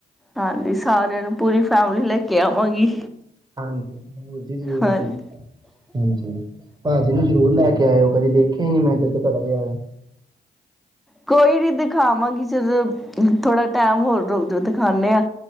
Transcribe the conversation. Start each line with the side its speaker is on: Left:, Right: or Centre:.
Centre: ਹਾਂਜੀ ਸਾਰਿਆਂ ਨੂੰ ਪੂਰੀ ਫੈਮਿਲੀ ਲੈ ਕੇ ਆਵਾਂਗੀ।
Right: ਹਾਂਜੀ <unintelligible> ਜ਼ਰੂਰ
Centre: ਹਾਂਜੀ
Right: ਹਾਂਜੀ ਭਾਜੀ ਨੂੰ ਜਰੂਰ ਲੈ ਕੇ ਆਇਓ ਕਦੀ ਦੇਖਿਆ ਹੀ ਨੀ ਮੈਂ ਤੇ, ਘੜੇ ਵੀ ਆਏ ਐ।
Centre: ਕੋਈ ਨੀ ਦਿਖਾਵਾਂਗੀ ਜਦੋ ਥੋੜਾ ਟੈਮ ਹੋਰ ਰੁਕ ਜੋ ਦਿਖਾਉਨੇ ਆਂ